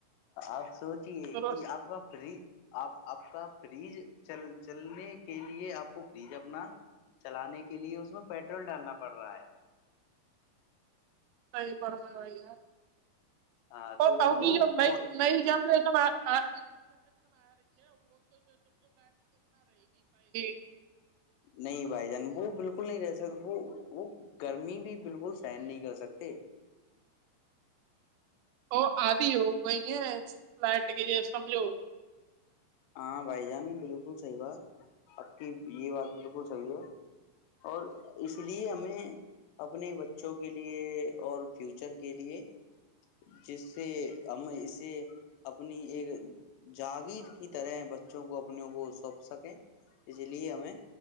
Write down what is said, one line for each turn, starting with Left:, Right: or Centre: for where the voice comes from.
Left: آپ سوچے
Right: درست
Left: کہ آپ کا فری آپ آپ کا فریج چل چلنے کے لیے آپ کو فریج ا اپنا چلانے کے لیے اس میں پیٹرول ڈالنا پڑ رہا ہے
Right: صحیح فرمایا بھائی جان
Left: ہاں
Right: اور
Left: تو
Right: آؤگی
Left: وہ
Right: جو نئی نئی جنریشن آ <unintelligible>
Left: نہیں بھائی جان وہ بالکل نہیں رہ سکتے وہ وہ گرمی بھی بالکل سہن نہیں کر سکتے
Right: وہ آدھی ہو گئی ہیں فلائٹ کی سمجھو
Left: ہاں بھائی جان بالکل صحیح بات اب کی یہ بات بالکل صحیح ہے اور اس لیے ہمیں اپنے بچوں کے لیے اور فیوچر کے لیے جس سے ہم اسے اپنی ایک جاگیر طرح بچوں کو اپنےوں کو سوپ سکیں اس لیے ہمیں